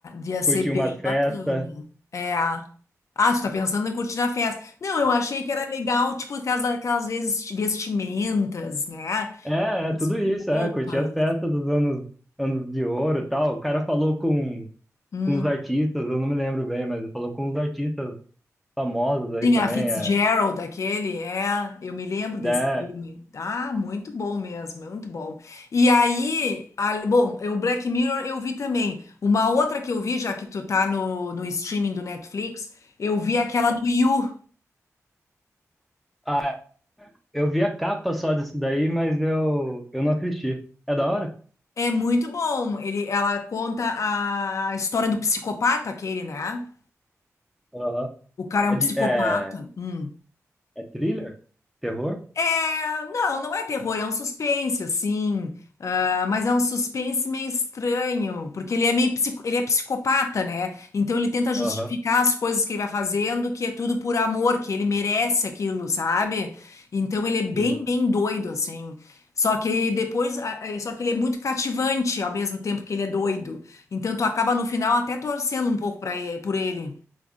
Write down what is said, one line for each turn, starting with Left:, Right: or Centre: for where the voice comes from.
Left: ia ser
Centre: curtir
Left: bem
Centre: umas festas,
Left: bacana. É. Ah, tu tá pensando em curtir a festa. Não, eu achei que era legal, tipo, aquelas, aquelas vezes vestimentas, né?
Centre: É, é
Left: As
Centre: tudo isso,
Left: roupas.
Centre: é. Curti as festas dos anos, anos de ouro e tal. O cara falou com,
Left: Hum.
Centre: com uns artistas, eu não me lembro bem, mas falou com uns artistas famosos aí
Left: Sim,
Centre: também,
Left: a Fitzgerald,
Centre: é,
Left: aquele, é, eu me lembro
Centre: né?
Left: desse filme. Ah, muito bom mesmo, é muito bom. E aí, a- bom, o Black Mirror eu vi também. Uma outra que eu vi, já que tu tá no, no streaming do Netflix, eu vi aquela do You.
Centre: Ah, eu vi a capa só disso daí, mas eu, eu não assisti. É da hora?
Left: É muito bom. Ele, ela conta a, a história do psicopata, aquele, né?
Centre: Aham.
Left: O cara
Centre: É,
Left: é um psicopata.
Centre: de, é,
Left: Hum.
Centre: é thriller? Terror?
Left: É, não, não é terror, é um suspense, assim. ah, mas é um suspense meio estranho, porque ele é meio psico- ele é psicopata, né? Então ele tenta justificar
Centre: Aham,
Left: as coisas que ele vai fazendo, que é tudo por amor, que ele merece aquilo, sabe? Então ele é bem,
Centre: sim.
Left: bem doido, assim. Só que depois, ah, eh, só que ele é muito cativante ao mesmo tempo que ele é doido. Então tu acaba no final até torcendo um pouco para ele, por ele.